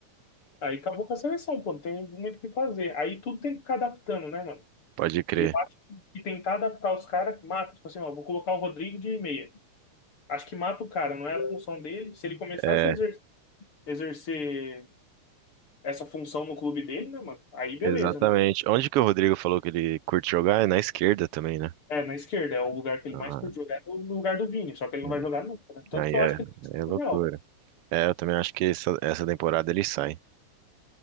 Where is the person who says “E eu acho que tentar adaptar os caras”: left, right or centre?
Left